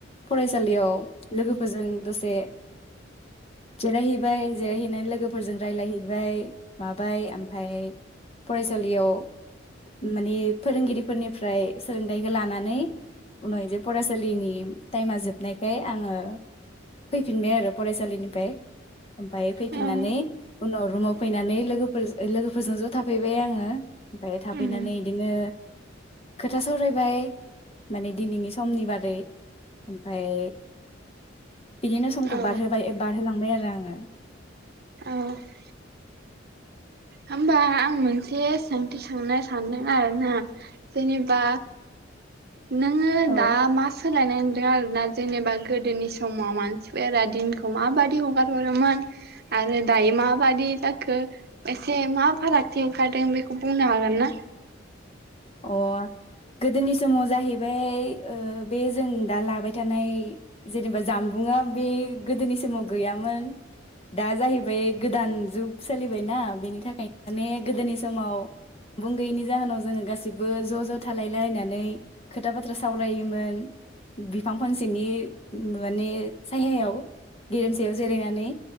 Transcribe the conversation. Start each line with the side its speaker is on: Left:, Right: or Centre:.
Left: फरायसालियाव लोगोफोरजों दसे जिरायहैबाय जिरायहैनानै लोगोफोरजों रायलायहैबाय माबाय ओमफाय फरायसा थालियाव माने फोरोंगिरिफोरनिफ्राय सोलोंथाइखो लानानै उनाव जे फरायसालिनि टाइमा जोबनायखाय आङो फैफिनबाय आरो फरायसालिनिफाय ओमफाय फैफिननानै
Right: औ
Left: उनाव रुमाव फैनानै लोगोफोर लोगोफोरजों ज' थाफैबाय आङो ङो ओमफाय थाफैनानै
Right: उम
Left: इदिनो खोथा सरायबाय माने दिनैनि समनि बारै ओमफाय बिदिनो समखौ
Right: औ
Left: बारहोबाय बारहोलांबाय आरो, रा आङो
Right: औ होनबा आं मोनसे सोंथि सोंनो सानदों आरो ना जेनेबा नोङो
Left: औ
Right: दा मा सोलायनाय मोनदों? आरो ना, जेनेबा गोदोनि समाव मानसिफोरा दिनखौ माबादि हगार हरोमोन आरो दायो माबादि जाखो एसे मा फाराग थि ओंखारदों बेखौ बुंनो हागोन ना?
Left: अ गोदोनि समाव जाहैबाय ओ बे जों दा लाबाय थानाय जेनेबा जामबुंआ बे गोदोनि समाव गैयामोन। दा जाहैबाय गोदान जुग सोलिबायना बिनि थाखाय माने गोदोनि समाव बुं‌ गैयैनि जाहोनाव जोङो गास सिबो ज' ज' थालायलायनानै खोथा बाथ्रा सावरायोमोन बिफां फांसेनि माने साहायाव गेरेमसायाव जिरायनानै